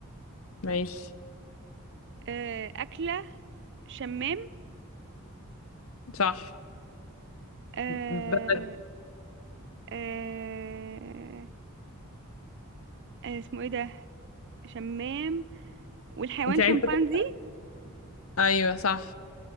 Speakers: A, on the left; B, on the right.
A: ماشي
B: آه أكلة شمام
A: صح
B: آه
A: بلد
B: آه آه اسمه ايه ده شمام والحيوان
A: انت عايزة
B: شمبانزي
A: ايوه صح